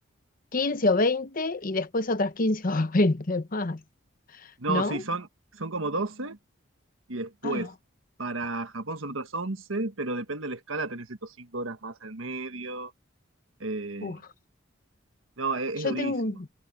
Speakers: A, on the left (about 45°); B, on the right (about 85°).
A: 15 o 20 y después otras 15 <laughs> o 20 más,
B: No,
A: ¿no?
B: sí, son, son como 12 y después
A: Ah,
B: para Japón son otras once pero depende de la escala, tenés estos 5 horas más en el medio. Eh,
A: uf.
B: no, es,
A: Yo
B: es durísimo.
A: tengo,